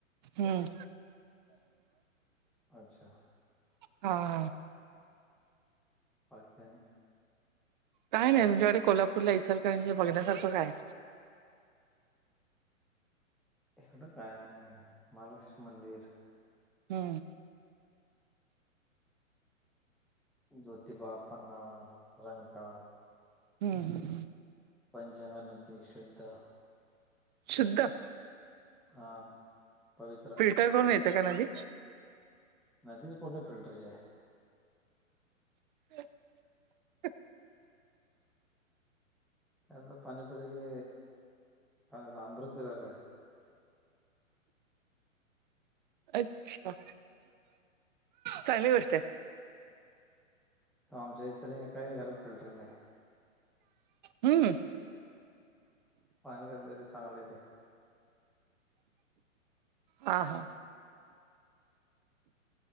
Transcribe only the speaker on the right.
हम्म.
हा. हा.
काय नाही तुमच्याकडे कोल्हापूरला, इचलकरंजीला बघण्यासारखं काय हाय?
हम्म.
हम्. हम.
शुद्ध.
फिलर करून येते का नदी.
<inaudible>
अच्छा चांगली गोष्ट आहे.
हम्म.
हा हा.